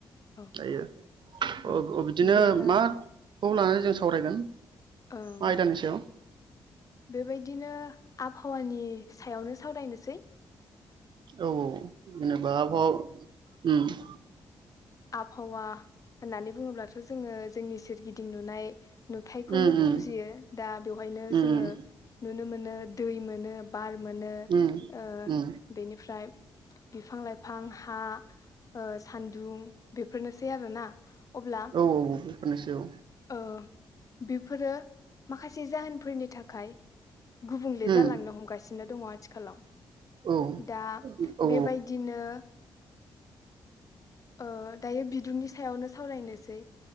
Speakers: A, on the left; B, on the right.
A: औ
B: जायो
A: ओं
B: ओ ओ बिदिनो
A: बिदिब्ला
B: माखौ लानानै जों सावरायगोन।
A: ओं
B: मा आयदानि सायाव
A: बेबायदिनो आबहावानि सायावनो सावरायनोसै
B: औ औ जेनेबा ह ओम। <inaudible>
A: आबहावा होननानै बुङोब्लाथ'। जोङो जोंनि सोरगिदिं नुनाय नुथायखौनो
B: उम
A: बुजियो।
B: उम
A: दा बेवहायनो
B: उम
A: जोङो नुनो मोनो दै मोनो बार मोनो
B: उम
A: ओ
B: उम
A: बेनिफ्राय बिफां-लाइफां, हा ओ सान्दुं बेफोरनोसै आरोना। अब्ला
B: औ औ औ बेफोरनोसै औ
A: ओ बेफोरो माखासे जाहोनफोरनि थाखाय गुबुंले
B: उम
A: जालांनो हमगासि नो दङ आथिखालाव।
B: औ
A: दा
B: औ
A: बेबायदिनो ओ दायो बिदुंनि सायावनो सावरायनोसै